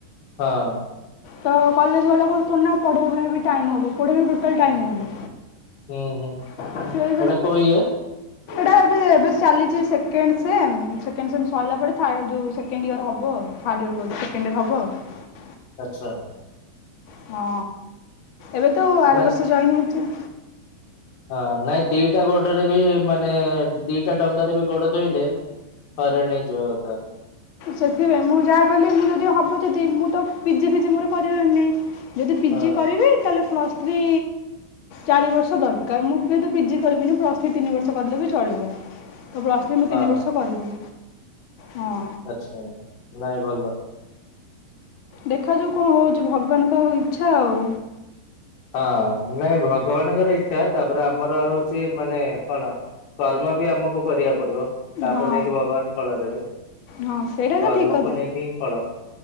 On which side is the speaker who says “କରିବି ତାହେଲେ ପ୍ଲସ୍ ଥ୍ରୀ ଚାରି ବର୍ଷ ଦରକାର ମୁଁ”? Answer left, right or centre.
Left